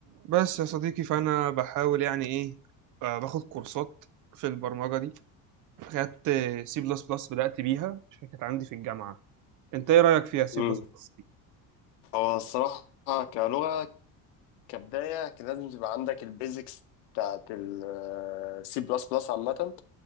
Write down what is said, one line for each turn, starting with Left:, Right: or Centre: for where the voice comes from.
Right: بس يا صديقي فأنا بحاول يعني إيه آه، باخد كورسات في البرمجة دي خدت سي بلس بلس بدأت بيها عشان كانت عندي في الجامعة أنت إيه رأيك فيها سي
Left: امم
Right: بلس بلس دي؟
Left: هو الصراحة كلغة كبداية كان لازم تبقى عندك البيزكس بتاعت السي بلس بلس عامة